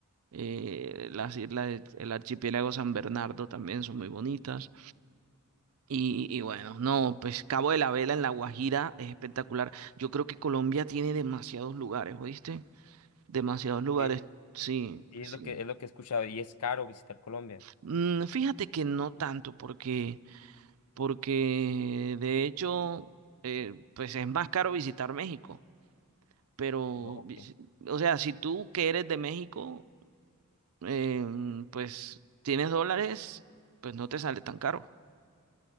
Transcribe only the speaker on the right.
eh, las islas del archipiélago San Bernardo también son muy bonitas. Y, y bueno, no, pues Cabo de la Vela en La Guajira es espectacular. Yo creo que Colombia tiene demasiados lugares, ¿oíste? Demasiados lugares,
sí,
sí.
Mm, fíjate que no tanto, porque, porque de hecho, eh, pues es más caro visitar México. Pero,
visi- o sea, si tú que eres de México, eh, pues tienes dólares, pues no te sale tan caro.